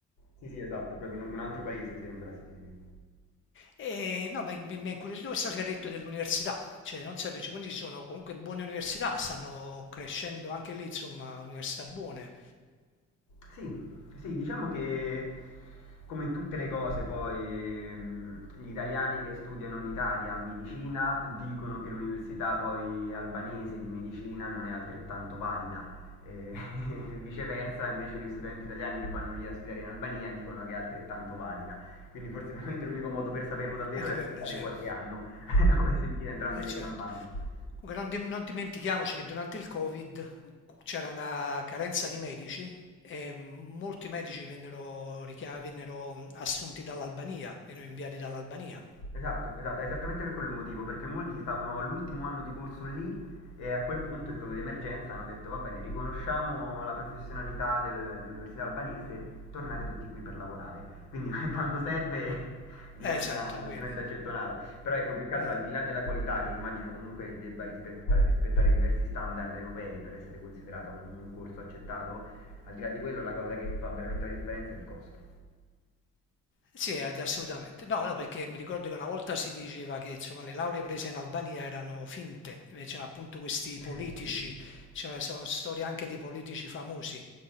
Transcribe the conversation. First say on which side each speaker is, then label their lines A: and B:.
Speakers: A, on the left; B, on the left.
A: Sì, sì, esatto, è proprio un, un altro paese sembra, sì, sì, sì.
B: E no, mi, mi mi ha incuriosito questo che ha detto dell'università, cioè non sapevo, cioè, quindi ci sono comunque buone università, stanno crescendo anche lì, insomma, università buone.
A: Sì, sì, diciamo che come in tutte le cose poi mh, gli italiani che studiano in Italia medicina dicono che l'università poi albanese di medicina non è altrettanto valida. E <laughs> viceversa, invece, gli studenti italiani che vanno lì a studiare in Albania dicono che è altrettanto valida. Quindi forse <laughs> veramente l'unico modo per saperlo davvero
B: Eh, dipende,
A: è aspettare
B: sì,
A: qualche
B: eh,
A: anno <laughs> o sentire entrambe
B: certo.
A: le campane.
B: Comunque non, dim- non dimentichiamoci che durante il Covid c'era una carenza di medici e molti medici vennero, richia- vennero assunti dall'Albania, vennero inviati dall'Albania.
A: Esatto, esatto, è esattamente per quello il motivo, perché molti stavano all'ultimo anno di corso lì e a quel punto in stato di emergenza hanno detto va bene, riconosciamo la professionalità del- dell'università albanese, tornate tutti qui per lavorare. Quindi <laughs> quando serve <laughs> diventa,
B: Eh, esatto, quindi,
A: diventa gettonata. Però ecco, più che altro
B: eh.
A: al di là della qualità, che immagino comunque debba rispetta- rispettare diversi standard europei per essere considerata comunque un corso accettato, al di là di quello la cosa che fa veramente la differenza è il costo.
B: Sì, ad- assolutamente. No, no, perché mi ricordo che una volta si diceva che insomma, le lauree prese in Albania erano finte, eh, c'erano appunto questi
A: <laughs>
B: politici, c'erano sono storie anche di politici famosi,